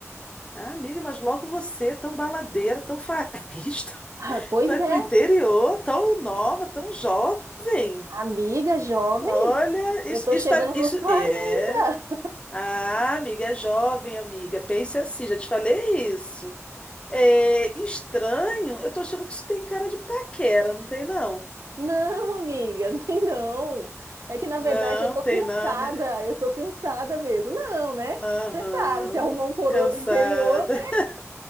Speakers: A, on the left (about 20°); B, on the right (about 75°).
A: Ah, amiga, mas logo você, tão baladeira, tão farrista, <laughs>
B: Ah, pois
A: vai
B: é,
A: pro interior, tão nova, tão jovem.
B: amiga jovem,
A: Olha,
B: eu
A: isso,
B: tô
A: isso
B: chegando
A: tá, isso
B: nos <laughs> 40.
A: é. Ah, amiga, é jovem, amiga. Pense assim, já te falei isso. É estranho, eu tô achando que isso tem cara de paquera, não tem não?
B: Não, amiga, não tem não. É que na verdade
A: Não,
B: eu tô
A: tem
B: cansada,
A: não, né?
B: eu tô cansada mesmo. Não, né?
A: Aham.
B: Você sabe, se arrumar um coroa
A: Cansada.
B: do interior, né?
A: <laughs>